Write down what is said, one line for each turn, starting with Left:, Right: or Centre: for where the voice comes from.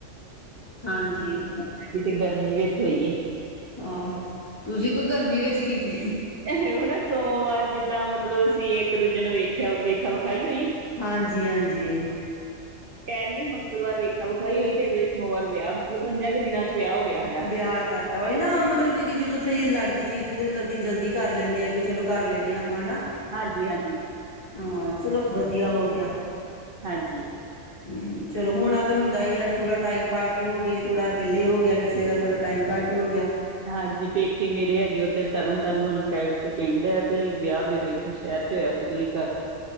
Left: ਹਾਂਜੀ।
Right: ਤੇ ਸਾਡੀ ਤੇ ਗਰਮੀ ਵਿੱਚ ਹੋਈਏ
Left: ਆਹੋ, ਤੁਸੀਂ ਕੋ ਗਰਮੀ ਵਿੱਚ ਕੀਤੀ।
Right: ਹ ਉਹ ਨਾ ਸੋਮਵਾਰ ਜਿੱਦਾਂ ਮਤਲਬ ਅਸੀਂ ਇੱਕ ਦੂਜੇ ਨੂੰ ਵੇਖਿਆ ਵੇਖਾ ਵਿਖਾਈ ਹੋਈ।
Left: ਹਾਂਜੀ-ਹਾਂਜੀ।
Right: ਕਹਿ ਨਹੀਂ ਮੰਗਲਵਾਰ ਵੇਖਾ ਵਖਾਈ ਹੀ ਹੋਈ ਤੇ ਅਗਲੇ ਸੋਮਵਾਰ ਵਿਆਹ ਮਤਲਬ ਪੰਜਾਂ ਕੁ ਦਿਨਾਂ ਚ ਵਿਆਹ ਹੋ ਗਿਆ ਸਾਡਾ।
Left: ਵਿਆਹ ਕਰ ਤਾਂਹੀ ਉਹੀ ਨਾ ਮਤਲਬ ਕਿ ਜਦੋਂ ਸਹੀ ਲੱਗਦੀ ਚੀਜ਼ ਤੇ ਲੱ ਜਲਦੀ ਕਰ ਲੈਂਦੇ ਆ ਕਿ ਚਲੋ ਕਰ ਲੈਂਦੇ ਹਾਂ ਆਪਾਂ ਹਨਾ।
Right: ਹਾਂਜੀ-ਹਾਂਜੀ।
Left: ਹਾਂ, ਚਲੋ ਵਧੀਆ ਹੋ ਗਿਆ।
Right: ਹਾਂਜੀ।
Left: ਹਮ, ਚਲੋ ਹੁਣ ਏਧਰ ਹੁੰਦਾ ਹੀ ਆ ਥੋੜਾ ਟਾਈਮ ਪਾ ਕੇ ਹੋ ਗਏ, ਥੋੜ੍ਹਾ ਪੇਲੇ ਹੋ ਗਿਆ। ਕਿਸੇ ਦਾ ਥੋੜ੍ਹਾ ਟਾਈਮ ਪਾ ਕੇ ਹੋ ਗਿਆ।
Right: ਹਾਂਜੀ, ਪੇਕੇ ਮੇਰੇ ਹੈਗੇ ਉੱਧਰ ਤਰਨ ਤਾਰਨ ਵਾਲੀ ਸਾਈਡ ਤੇ ਪਿੰਡ ਹੈ ਤੇ ਵਿਆਹ ਮੇਰਾ ਇੱਥੇ ਸ਼ਹਿਰ ਚ ਹੋਇਆ ਫੁਤਲੀ ਘਰ